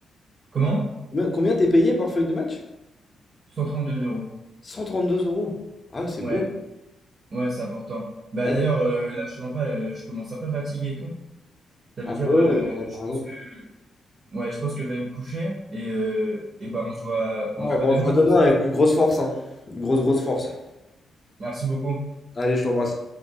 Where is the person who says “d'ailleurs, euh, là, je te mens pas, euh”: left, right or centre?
Right